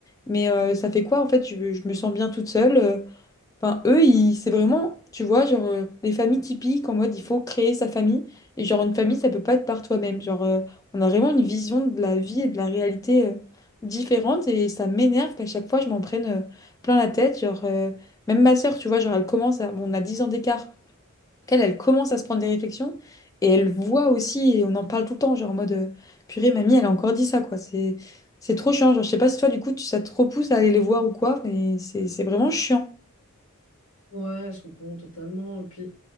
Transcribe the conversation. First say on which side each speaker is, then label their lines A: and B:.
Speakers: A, on the left (about 15°); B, on the left (about 70°).
A: Mais euh, ça fait quoi, en fait? Je, je me sens bien toute seule. euh, Enfin, eux, ils- c'est vraiment, tu vois, genre, euh, les familles typiques en mode il faut créer sa famille. Et genre, une famille, ça peut pas être par toi-même. Genre, euh, on a vraiment une vision de la vie et de la réalité euh, différente. Et ça m'énerve qu'à chaque fois, je m'en prenne euh, plein la tête. Genre, euh, même ma sœur, tu vois, genre, elle commence à. Bon, on a 10 ans d'écart. Elle, elle commence à se prendre des réflexions. Et elle voit aussi, et on en parle tout le temps, genre, en mode euh, purée, mamie, elle a encore dit ça, quoi. C'est c'est trop chiant. Genre, je sais pas si toi, du coup, tu, ça te repousse à aller les voir ou quoi, mais c'est c'est vraiment chiant.
B: Ouais, je comprends totalement. Et puis,